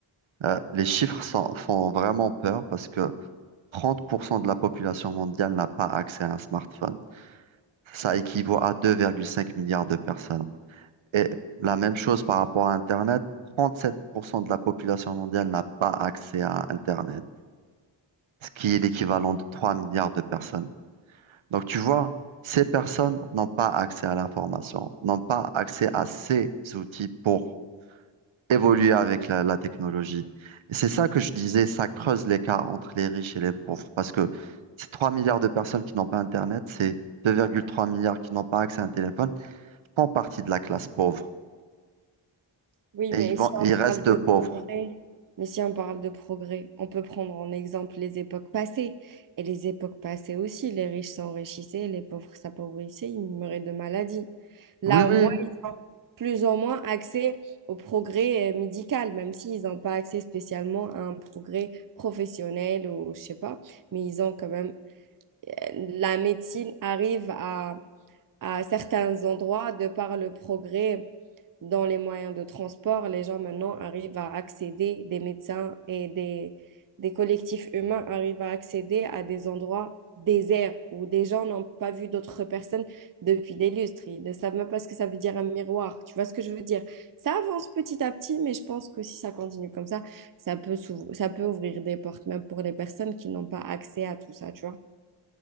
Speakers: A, on the right; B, on the right.
A: Euh, les chiffres sont- font vraiment peur parce que 30% de la population mondiale n'a pas accès à un smartphone. Ça équivaut à 2,5 milliards de personnes. Et la même chose par rapport à Internet, 37% de la population mondiale n'a pas accès à Internet, ce qui est l'équivalent de 3 milliards de personnes. Donc tu vois, ces personnes n'ont pas accès à l'information, n'ont pas accès à ces outils pour évoluer avec la, la technologie. Et c'est ça que je disais, ça creuse l'écart entre les riches et les pauvres, parce que ces 3 milliards de personnes qui n'ont pas Internet, c'est 2,3 milliards qui n'ont pas accès à un téléphone, font partie de la classe pauvre
B: Oui,
A: et
B: mais
A: ils vont,
B: si
A: ils
B: on parle
A: restent
B: de
A: pauvres.
B: progrès, mais si on parle de progrès, on peut prendre en exemple les époques passées. Et les époques passées aussi, les riches s'enrichissaient, les pauvres s'appauvrissaient, ils meuraient de maladies. Là,
A: Oui,
B: au
A: oui,
B: moins, ils ont plus ou moins accès au progrès euh, médical, même s'ils n'ont pas accès spécialement à un progrès professionnel ou je sais pas, mais ils ont quand même... euh, La médecine arrive à, à certains endroits de par le progrès dans les moyens de transport, les gens maintenant arrivent à accéder, des médecins et des, des collectifs humains arrivent à accéder à des endroits déserts où des gens n'ont pas vu d'autres personnes depuis des lustres. Ils ne savent même pas ce que ça veut dire un miroir. Tu vois ce que je veux dire? Ça avance petit à petit, mais je pense que si ça continue comme ça, ça peut, s'ouv- ça peut ouvrir des portes même pour les personnes qui n'ont pas accès à tout ça, tu vois?